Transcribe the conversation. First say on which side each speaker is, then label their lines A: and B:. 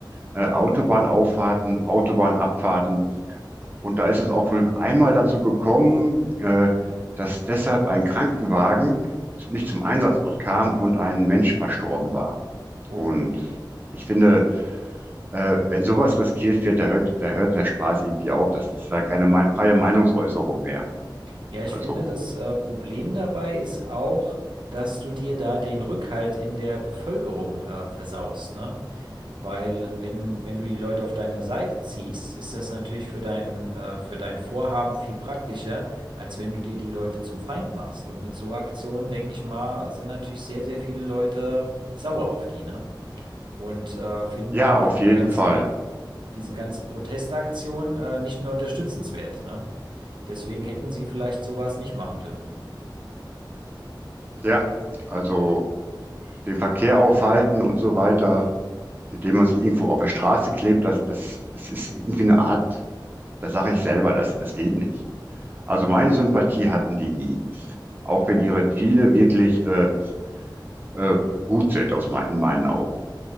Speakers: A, on the right; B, on the right.
A: Äh, Autobahnauffahrten, Autobahnabfahrten. Und da ist es auch wohl einmal dazu gekommen, äh, dass deshalb ein Krankenwagen nicht zum Einsatzort kam und ein Mensch verstorben war.
B: Oh.
A: Und ich finde, äh, wenn sowas riskiert wird, da hört, da hört der Spaß irgendwie auf. Das ist dann keine mei- freie Meinungsäußerung mehr.
B: Ja, ich
A: Also
B: finde, das äh, Problem dabei ist auch, dass du dir da den Rückhalt in der Bevölkerung äh, versaust, ne? Weil wenn, wenn du die Leute auf deine Seite ziehst, ist das natürlich für dein, äh, für dein Vorhaben viel praktischer, als wenn du dir die Leute zum Feind machst. Und mit so Aktionen, denke ich mal, sind natürlich sehr, sehr viele Leute sauer auf die, ne? und äh, finden
A: ja,
B: dann
A: auf
B: diesen
A: jeden
B: ganzen,
A: Fall.
B: diese ganze Protestaktion äh, nicht mehr unterstützenswert, ne? Deswegen hätten sie vielleicht sowas nicht machen dürfen.
A: Ja, also den Verkehr aufhalten und so weiter, indem man sich irgendwo auf der Straße klebt, das, das, das ist irgendwie eine Art, da sage ich selber, das, das geht nicht. Also meine Sympathie hatten die nie, auch wenn ihre Ziele wirklich äh, äh, gut sind aus mein, in meinen Augen.